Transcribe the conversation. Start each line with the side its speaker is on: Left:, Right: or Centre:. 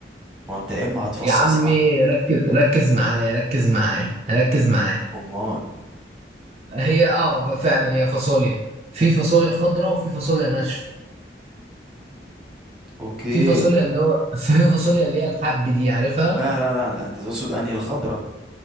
Centre: ما هو انت يا اما هتفصصها
Right: يا عمي ركز ركز معايا ركز معايا ركز معايا
Centre: امال
Right: هي اه فعلا هي فاصوليا في فاصوليا خضراء وفي فاصوليا ناشفه
Centre: اوكي
Right: في فاصوليا اللي هو <laughs> في فاصوليا اللي هي الحب دي عارفها
Centre: لا لا لا لا انت تقصد انهي الخضره